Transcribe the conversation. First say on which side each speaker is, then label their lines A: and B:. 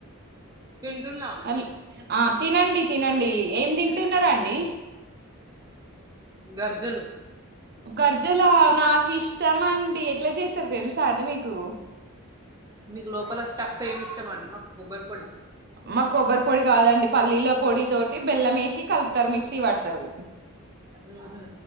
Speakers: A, on the right; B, on the right.
A: తింటున్న
B: అల్- ఆ తినండి తినండి ఏం తింటున్నారండి
A: గర్జలు
B: గర్జలా నాకు ఇష్టం అండి ఎట్లా చేసారు తెలుసా అంటడి మీకు
A: మీకు లోపల స్టఫ్ ఏమి ఇష్టంమండి మాకు కొబ్బరి పొడి
B: మా కొబ్బరి పొడి కాదండి పల్లీల పొడి తోటి బెల్లం వేసి కలుపుతారు మిక్సీ వాడతారు
A: ఊహూ